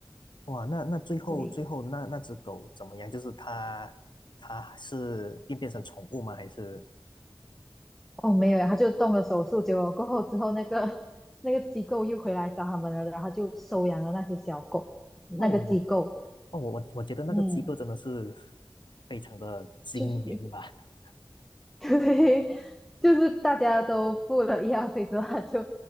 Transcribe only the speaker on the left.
哇，那那最后最后那那只狗怎么样？
就是它它是变变成宠物吗？还是？
哦，我我哦我我我觉得那个机构真的是
非常的精明吧。
<laughs>